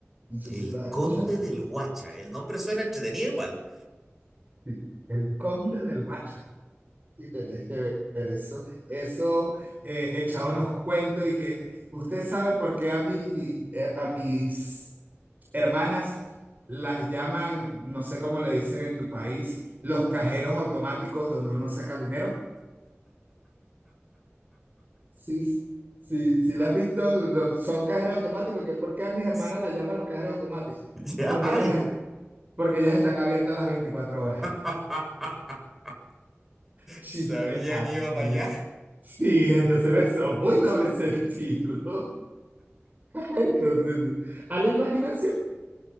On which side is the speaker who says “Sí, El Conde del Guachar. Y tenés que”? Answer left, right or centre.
Right